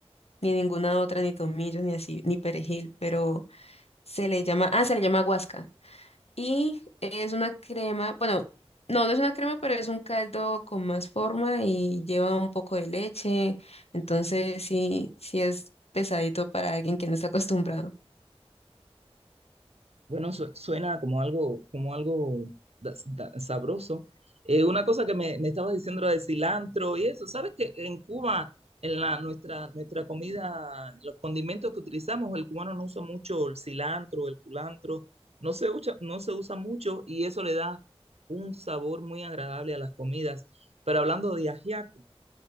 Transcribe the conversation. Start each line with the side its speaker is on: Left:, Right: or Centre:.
Left: ni ninguna otra, ni tomillo, ni así, ni perejil, pero... Se le llama, ah, se le llama guasca. Y es una crema, bueno, no, no es una crema, pero es un caldo con más forma y lleva un poco de leche. Entonces, sí, sí es pesadito para alguien que no está acostumbrado.
Right: Bueno, su- suena como algo, como algo da- da- sabroso. Eh, una cosa que me, me estabas diciendo era de cilantro y eso. ¿Sabes que en Cuba, en la, nuestra, nuestra comida, los condimentos que utilizamos, el cubano no usa mucho el cilantro, el culantro, no se usa, no se usa mucho y eso le da un sabor muy agradable a las comidas. Pero hablando de ajiaco,